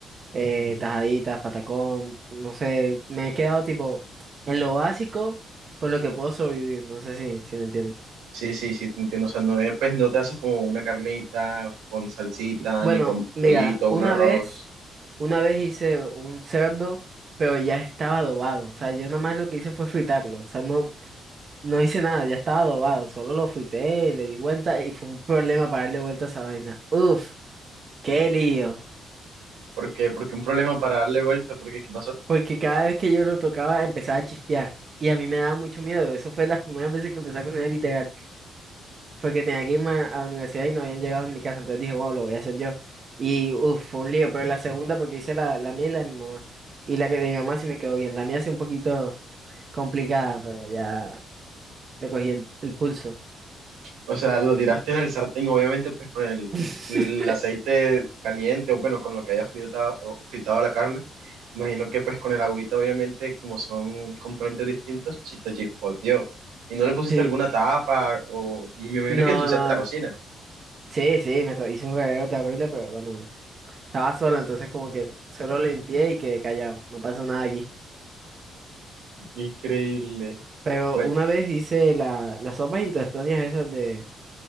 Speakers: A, on the right; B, on the right.
A: eh, tajaditas, patacón, no sé, me he quedado tipo en lo básico con lo que puedo sobrevivir, no sé si, si me entiendes.
B: Sí, sí, sí, te entiendo. O sea, no, eh, pues no te haces como una carnita con salsita,
A: Bueno,
B: ni con
A: mira,
B: pollito,
A: una
B: un arroz.
A: vez, una vez hice un cerdo, pero ya estaba adobado, o sea, yo nada más lo que hice fue fritarlo, o sea, no, No hice nada, ya estaba adobado, solo lo fuité, le di vuelta y fue un problema para darle vuelta a esa vaina. Uf, qué lío.
B: porque Porque un problema para darle vuelta, porque ¿qué pasó?
A: Porque cada vez que yo lo tocaba empezaba a chispear y a mí me daba mucho miedo. Eso fue las primeras veces que empecé a cocinar literal. Fue que tenía que irme a a la universidad y no habían llegado en mi casa, entonces dije, bueno, lo voy a hacer yo. Y uf, fue un lío, pero la segunda porque hice la, la mía y la de mi mamá. Y la que de mi mamá sí me quedó bien. La mía sí un poquito complicada, pero ya le cogí el el pulso.
B: O sea, lo tiraste en el sartén, obviamente, pues con el,
A: <laughs>
B: el aceite caliente, o bueno, con lo que haya fritado, o fritado la carne. Imagino que pues con el agüita, obviamente, como son componentes distintos, chi- te chispoteó. Y no le pusiste
A: Sí,
B: alguna tapa, o... y me imagino
A: no,
B: que ensuciaste
A: no,
B: la cocina.
A: Sí, sí, me to- hice un cagadero terrible, pero bueno, estaba solo, entonces como que solo limpié y quedé callado, no pasó nada aquí.
B: Increíble.
A: Pero
B: Bueno,
A: una vez hice la, las sopas intestinales esas de,